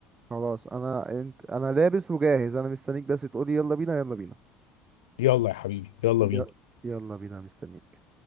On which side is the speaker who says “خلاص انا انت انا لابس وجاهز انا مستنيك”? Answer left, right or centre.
Right